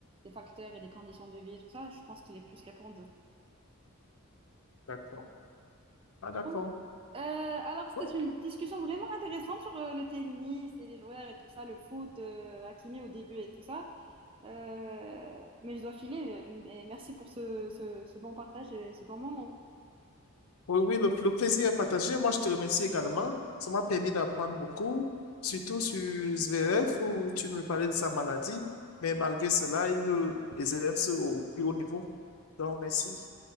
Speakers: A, on the right; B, on the left.
A: des facteurs et des conditions de vie et tout ça. Je pense qu'il est plus répandu.
B: d'accord. Ah, d'accord.
A: Bon, euh, alors c'était
B: Ouais.
A: une discussion vraiment intéressante sur euh, le tennis et les joueurs et tout ça, le foot, euh, Hakimi au début et tout ça. Euh, mais je dois filer. euh, Mais merci pour ce, ce, ce bon partage et ce bon moment.
B: Oui, oui, le, le plaisir est partagé. Moi, je te remercie également. Ça m'a permis d'apprendre beaucoup, surtout sur SVF, où tu me parlais de sa maladie. Mais malgré cela, il le exerce au plus haut niveau. Donc, merci.